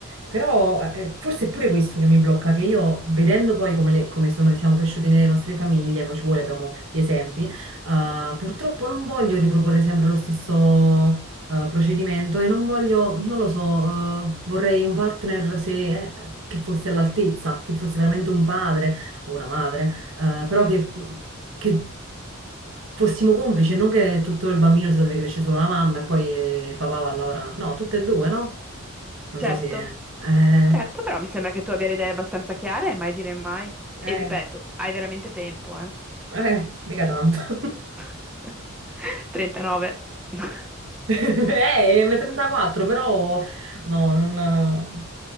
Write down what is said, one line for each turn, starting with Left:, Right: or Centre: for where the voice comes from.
Right: Però eh, forse è pure questo che mi blocca, che io vedendo poi come, le- come sono- siamo cresciuti nelle nostre famiglie, mo ci vuole, abbiamo gli esempi, eh, purtroppo non voglio riproporre sempre lo stesso eh, procedimento e non voglio, non lo so, eh, vorrei un partner se, eh, che fosse all'altezza, che fosse veramente un padre o una madre, eh, però che... che fossimo complici, non che tutto il bambino se lo deve crescere solo la mamma e poi eh, il papà va a lavorare. No, tutte e due, no? Non
Centre: Certo,
Right: so se... Eh,
Centre: certo, però mi sembra che tu abbia le idee abbastanza chiare e mai dire mai. E
Right: eh,
Centre: ripeto, hai veramente tempo, eh?
Right: eh, mica tanto. <laughs>
Centre: <laughs> 39. <laughs>
Right: Eh, ma 34, però no, non,